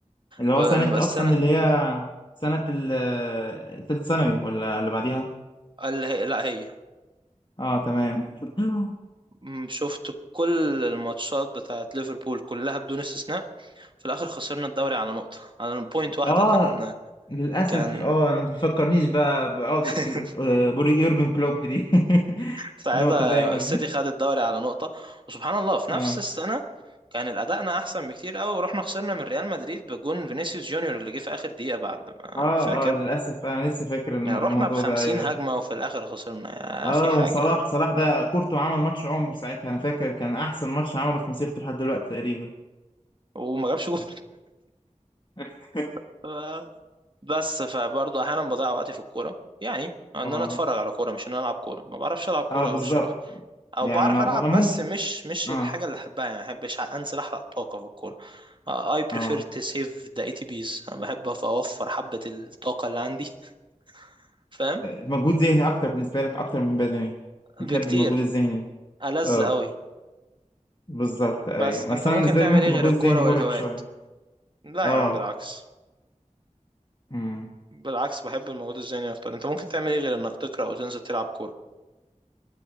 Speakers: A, on the left; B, on the right.
A: اللي هو
B: والسنة
A: سنة أصلا اللي هي سنة ال- التالت ثانوي ولا اللي بعديها
B: اللي هي لا هي
A: اه تمام <laughs>
B: م، شفت كل الماتشات بتاعت ليفربول كلها بدون استثناء في الاخر خسرنا الدوري على نقطة على بوينت واحدة
A: اه
B: كان
A: للأسف
B: كان
A: اه ما تفكرنيش بقى بعودة
B: <laughs>
A: كل... بوري- يورجن كلوب دي <laughs>
B: ساعتها
A: نقطة دايما
B: السيتي خد الدوري على نقطة وسبحان الله في
A: اه
B: نفس السنة كان الأداءنا أحسن بكتير قوي ورحنا خسرنا من ريال مدريد بجون فينيسيوس جونيور اللي جه في آخر دقيقة بعد ما
A: اه
B: فاكر
A: اه للأسف أنا لسه فاكر الموضوع
B: يعني رحنا بخمسين
A: ده أيوه
B: هجمة وفي الآخر خسرنا يا
A: اه
B: أخي حاجة
A: وصلاح صلاح ده كورته عمل ماتش عمره ساعتها أنا فاكر كان أحسن ماتش عمله في مسيرته لحد دلوقتي تقريبا
B: وما جابش جول
A: <laughs>
B: <laughs> ف- بس فبرضه أحيانا بضيع وقتي في الكورة يعني إن
A: اه
B: أنا أتفرج على كورة مش إن أنا ألعب كورة ما بعرفش ألعب كورة
A: اه بالظبط
B: أوي الصراحة او
A: يعني
B: بعرف
A: أنا
B: العب
A: أنا ممكن
B: بس مش مش
A: اه
B: الحاجه اللي احبها يعني ما بحبش انزل احرق طاقه في الكوره آه، I prefer
A: اه
B: to save the ATPs انا بحب اوفر حبه الطاقه اللي عندي <laughs> فاهم
A: مجهود ذهني اكتر بالنسبه لك اكتر من بدني بتحب
B: بكتير
A: المجهود الذهني
B: ألذ
A: اه
B: قوي
A: بالظبط ايوه
B: بس انت
A: بس انا
B: ممكن
A: بالنسبه
B: تعمل
A: لي ممكن
B: ايه
A: المجهود
B: غير الكوره
A: الذهني مرهق
B: والهوايات
A: شويه
B: لا
A: اه
B: يا عم بالعكس
A: امم
B: بالعكس بحب المجهود الذهني اكتر انت ممكن تعمل ايه غير انك تقرا وتنزل تلعب كوره